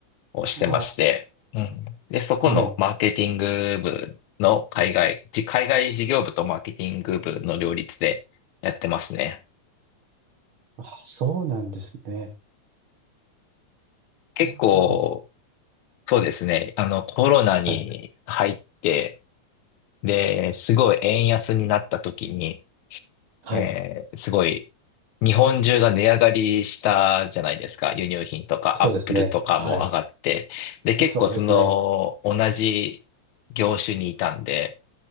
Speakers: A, on the left (about 80°); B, on the right (about 55°).
A: をしてまして、
B: は
A: うん。で、そこのマーケティング部の海外、
B: あ。はい。
A: じ海外事業部とマーケティング部の両立でやってますね。
B: あ、そうなんですね。
A: 結構
B: はあ。
A: そうですね。あの、コロナに入って、
B: はい。
A: で、すごい円安になった時に、
B: はい。
A: えーすごい日本中が値上がりしたじゃないですか。輸入品とかアップルとかも上がって。
B: そうですね。はい。
A: で、結構その同じ業種にいたんで、
B: そうですね。